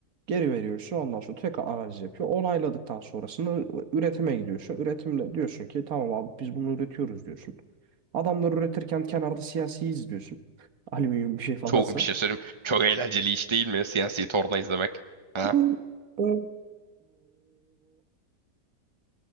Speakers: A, on the right (about 60°); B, on the right (about 30°).
A: Geri veriyorsun. Ondan sonra tekrar analiz yapıyor. Onayladıktan sonrasında üretime gidiyorsun. Üretimle diyorsun ki tamam abi biz bunu üretiyoruz diyorsun. Adamlar üretirken kenarda CNC izliyorsun. <laughs> Alüminyum bir şey falansa.
B: Çok bir şey söyleyeyim. Çok eğlenceli iş değil mi? Siyasi torna izlemek. Ha?
A: <laughs>